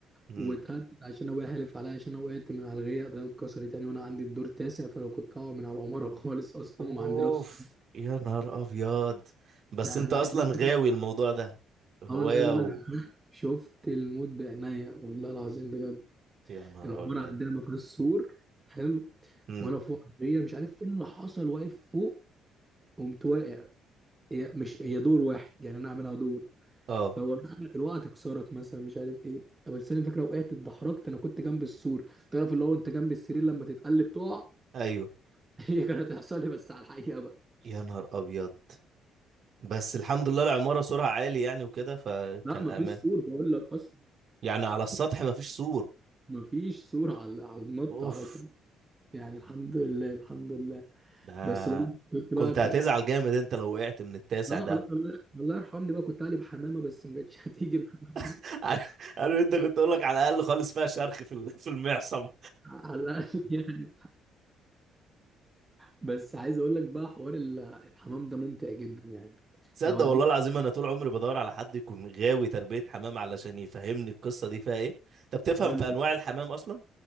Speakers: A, on the right; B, on the right.
A: مم.
B: واتهدد عشان ابويا حلف عليا عشان انا وقعت من على الغيه ده اتكسرت يعني وانا عندي الدور تاسع فلو كنت هقع من على العماره خالص اصلا
A: اوف
B: وما عندناش
A: يا نهار ابيض بس
B: يعني
A: انت
B: انا
A: اصلا
B: عايز اقول
A: غاوي الموضوع ده هواية
B: اه انا عايز اقول
A: و...
B: لك <laughs> شفت الموت بعينيا والله العظيم بجد
A: يا نهار
B: العماره
A: ابيض
B: عندنا ما فيهاش سور حلو
A: امم
B: وانا فوق الغيه مش عارف ايه اللي حصل واقف فوق قمت واقع هي مش هي دور واحد يعني انا اعملها دور
A: اه
B: فهو مثلا الوقعه تكسرك مثلا مش عارف ايه طب بس انا فاكره وقعت اتدحرجت انا كنت جنب السور تعرف اللي هو انت جنب السرير لما تتقلب تقع
A: ايوه
B: <laughs> هي كانت هتحصل لي بس على الحقيقه بقى
A: يا نهار ابيض بس الحمد لله العمارة سورها عالي يعني وكده فكان
B: لا مفيش
A: امان
B: سور بقول لك اصلا
A: يعني على السطح مفيش سور
B: مفيش سور على على النط
A: اوف
B: على طول يعني الحمد لله الحمد لله
A: ده
B: بس بقول لك كنت
A: كنت
B: بقى ك...
A: هتزعل جامد انت لو وقعت من التاسع
B: لا
A: ده
B: خلاص الله الله يرحمني بقى كنت قالب حمامه بس ما كانتش هتيجي <laughs> معايا
A: <laughs> عارف عارف انت كنت اقول لك على الاقل خالص فيها شرخ في ال- في المعصم
B: على الاقل يعني بس عايز اقول لك بقى حوار ال- الحمام ده ممتع جدا يعني
A: تصدق
B: لو اديك
A: والله العظيم انا طول عمري بدور على حد يكون غاوي تربية حمام علشان يفهمني القصة دي فيها ايه طب تفهم
B: حلو
A: في
B: جدا.
A: انواع الحمام اصلا